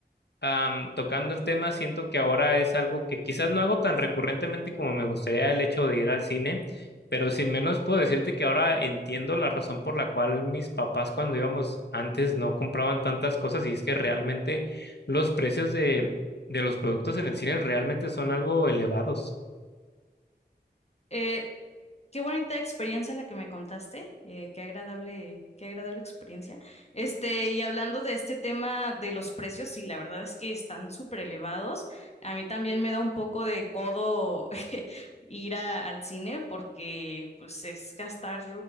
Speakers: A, on the left; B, on the left.
A: am, tocando el tema, siento que ahora es algo que quizás no hago tan recurrentemente como me gustaría el hecho de ir al cine, pero sin menos puedo decirte que ahora entiendo la razón por la cual mis papás cuando íbamos antes no compraban tantas cosas y es que realmente los precios de, de los productos en el cine realmente son algo elevados.
B: Eh, Qué bonita experiencia la que me contaste, eh, qué agradable, qué agradable experiencia. Este, y hablando de este tema de los precios, sí, la verdad es que están súper elevados. A mí también me da un poco de codo <laughs> ir a- al cine porque pues es gastar